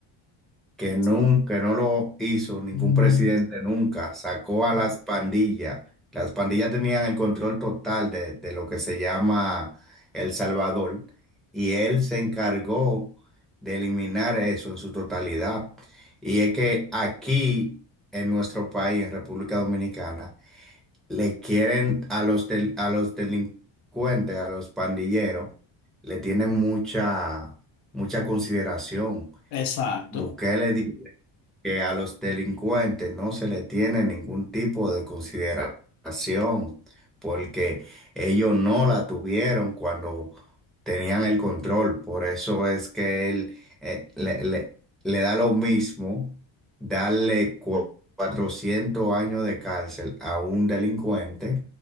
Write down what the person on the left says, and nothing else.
Sí.
Mm.
Exacto.